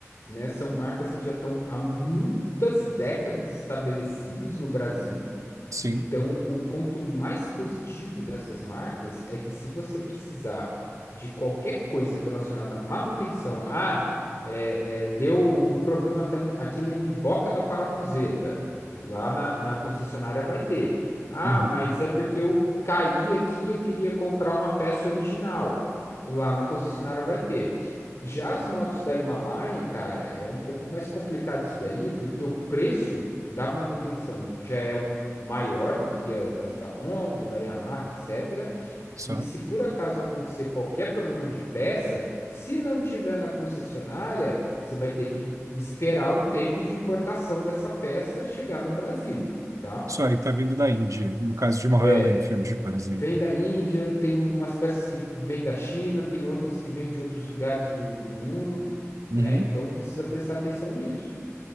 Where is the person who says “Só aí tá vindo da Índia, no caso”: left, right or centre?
Right